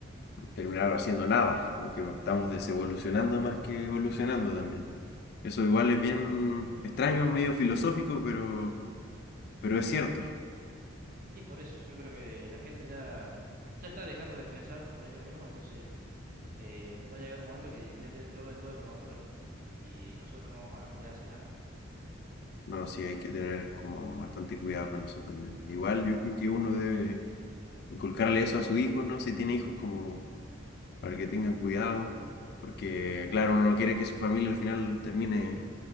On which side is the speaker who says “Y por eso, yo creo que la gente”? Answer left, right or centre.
Right